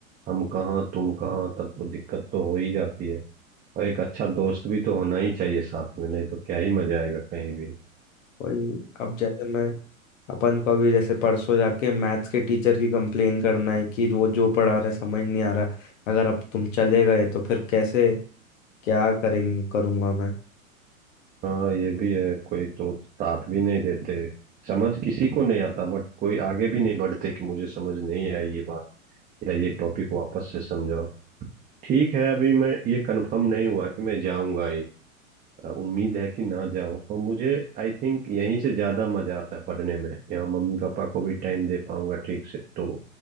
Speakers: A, on the right (about 20°); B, on the left (about 65°).
A: हम कहाँ तुम कहाँ तब तो दिक्कत तो हो ही जाती है और एक अच्छा दोस्त भी तो होना ही चाहिए साथ में नहीं तो क्या ही मजा आएगा कहीं भी
B: वही अब जैसे मैं अपन को अभी जैसे परसों जाके मैथ्स के टीचर की कंप्लेन करना है कि वो जो पढ़ा रहे समझ नहीं आ रहा अगर अब तुम चले गए तो फिर कैसे क्या करेंगे करूंगा मैं
A: हाँ ये भी है कोई तो साथ भी नहीं देते समझ किसी को नहीं आता बट कोई आगे भी नहीं बढ़ते कि मुझे समझ नहीं आई ये बात या ये टॉपिक वापस से समझाओ ठीक है अभी मैं ये कंफर्म नहीं हुआ कि मैं जाऊंगा ही अ, उम्मीद है कि ना जाऊं और मुझे आई थिंक यहीं से ज्यादा मजा आता है पढ़ने में यहाँ मम्मी पापा को भी टाइम दे पाऊंगा ठीक से तो